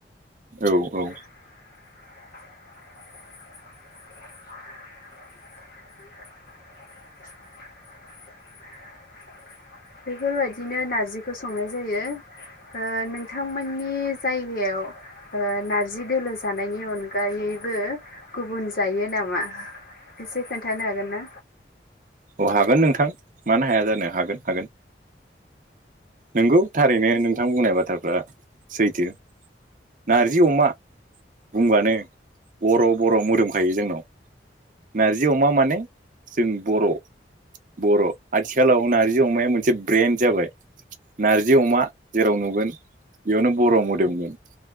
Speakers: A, on the right; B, on the left.
A: औ औ
B: <unintelligible> बेफोरबायदिनो नारजिखौ संनाय जायो। नोंथांमोननि जायगायाव नारजि दोलो जानायनि अनगायैबो गुबुन जायो नामा? एसे खोन्थानो हागोन ना?
A: औ हागोन नोंथां मानो हाया जानो हागोन हागोन नंगौ थारैनो नोंथां बुंनाय बाथ्राफ्रा सैथो। नारजि अमा बुंब्लानो बर' बर' मोदोमखायो जोंनाव। नारजि अमा माने जों बर'। बर' आथिखालाव नार्जि अमाया मोनसे ब्रेन्ड जाबाय। नारजि अमा जेराव नुगोन बेयावनो बर' मोदोमगोन।